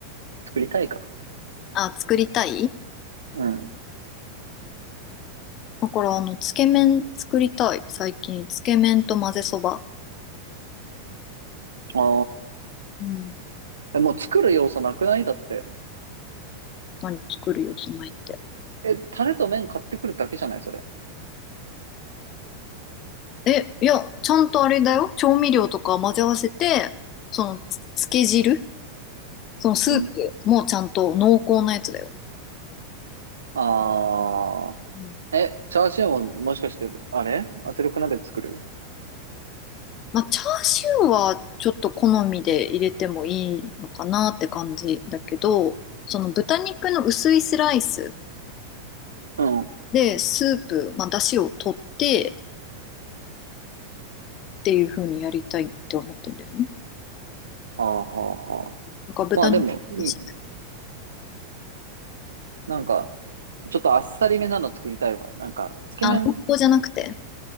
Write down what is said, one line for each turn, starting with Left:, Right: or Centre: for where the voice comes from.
Right: 作りたいか。
Left: あ、作りたい
Right: うん。
Left: だから、あの、つけ麺作りたい。最近、つけ麺と混ぜそば。
Right: あ
Left: うん。
Right: あ。え、もう作る要素なくないだって。
Left: 何作るよ、そないって。
Right: え、タレと麺買ってくるだけじゃないそれ。
Left: え、いや、ちゃんとあれだよ。調味料とか混ぜ合わせて、その、つ、つけ汁そのスープもちゃんと濃厚なやつだよ。
Right: うん。あ
Left: うん。
Right: ー。え、チャーシューももしかして、あれ圧力鍋で作る
Left: まあ、チャーシューはちょっと好みで入れてもいいのかなって感じだけど、その豚肉の薄いスライス。
Right: うん。は
Left: で、スープ、まあ、出汁を取ってっていう風にやりたいって思ってんだよね。
Right: あはあはあ。
Left: なんか豚肉の出汁
Right: まあでも、いい。なんか、ちょっとあっさりめなの作りたいわ。なんか、つけ麺、
Left: あ、濃厚じゃなくて、